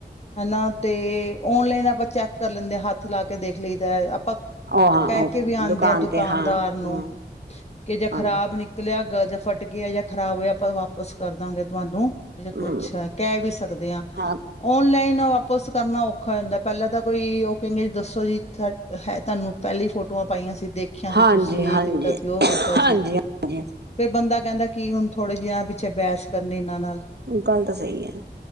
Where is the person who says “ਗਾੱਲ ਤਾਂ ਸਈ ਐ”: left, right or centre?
Right